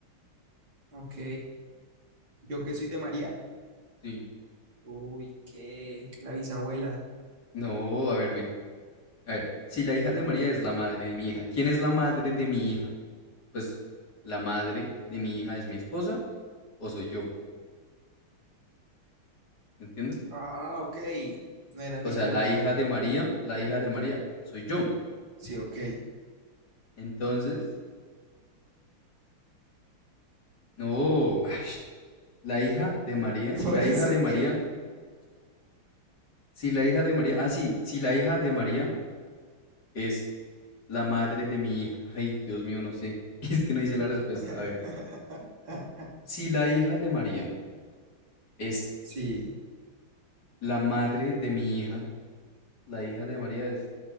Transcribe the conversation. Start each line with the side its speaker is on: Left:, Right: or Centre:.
Right: ok, Yo que soy de María.
Left: Sí.
Right: Uy, ¿qué? La bisabuela.
Left: No, a ver, mira. A ver, si la hija de María es la madre de mi hija, ¿quién es la madre de mi hija? Pues la madre de mi hija es mi esposa o soy yo, ¿me ¿entiendes?
Right: Ah, ok. No era
Left: O
Right: ninguna.
Left: sea, la hija de María, la hija de María soy yo.
Right: Sí, ok.
Left: Entonces, no, ash, la hija de María,
Right: <laughs>
Left: si
Right: ¿Por
Left: la
Right: eso
Left: hija de María,
Right: qué?
Left: si la hija de María, ah, sí, si la hija de María es la madre de mi hija. Ay, Dios mío, no sé. <laughs> Es que no hice la respuesta.
Right: <laughs>
Left: A ver, si la hija de María es
Right: Sí,
Left: La madre de mi hija, la hija de María es